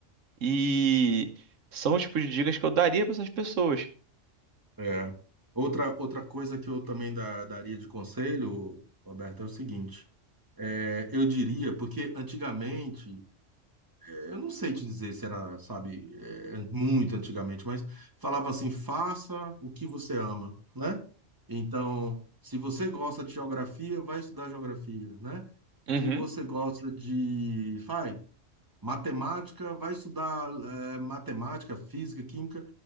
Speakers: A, on the right; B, on the right.
A: E são os tipos de dicas que eu daria para essas pessoas.
B: É. Outra, outra coisa que eu também da- daria de conselho, Roberto, é o seguinte. É, eu diria, porque antigamente eu não sei te dizer se era, sabe, é, muito antigamente, mas falava assim: faça o que você ama, né? Então, se você gosta de geografia, vai estudar geografia, né?
A: Uhum,
B: Se você gosta de, faz Matemática, vai estudar eh, matemática, física, química.